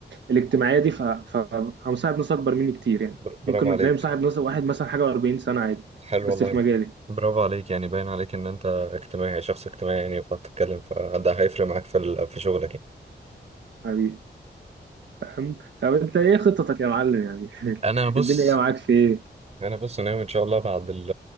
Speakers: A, on the right (about 85°); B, on the right (about 40°).
A: الاجتماعية دي ف... ف... أنا مصاحب ناس أكبر مني كتير يعني
B: بر- برافو
A: ممكن
B: عليك
A: تلاقي مصاحب ناس واحد مثلا حاجة و40 سنة عادي
B: حلو
A: بس
B: والله
A: في مجالي
B: برافو عليك يعني باين عليك ان انت اجتماعي يعني شخص اجتماعي يعني بتعرف تتكلم فده هيفرق معاك في ال- في شغلك يعني
A: حبيبي فاهم؟ طب أنت إيه خطتك يا معلم يعني <laughs>
B: انا بص
A: الدنيا جاية معاك في إيه؟
B: انا بص ناوي ان شاء الله بعد ال